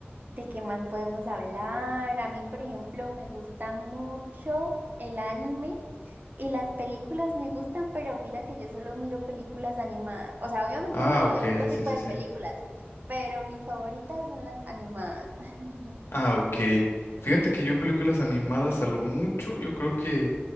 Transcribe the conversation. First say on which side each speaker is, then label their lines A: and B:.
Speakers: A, on the right; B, on the left.
A: de qué más podemos hablar. A mí, por ejemplo, me gusta mucho el anime. Y las películas me gustan, pero mira que yo solo miro películas animadas. O sea, obviamente
B: Ah,
A: miro
B: ok,
A: de otro tipo
B: sí, sí,
A: de
B: sí.
A: películas, pero mis favoritas son las animadas. <laughs>
B: Ah, ok. Fíjate que yo películas animadas a lo mucho, yo creo que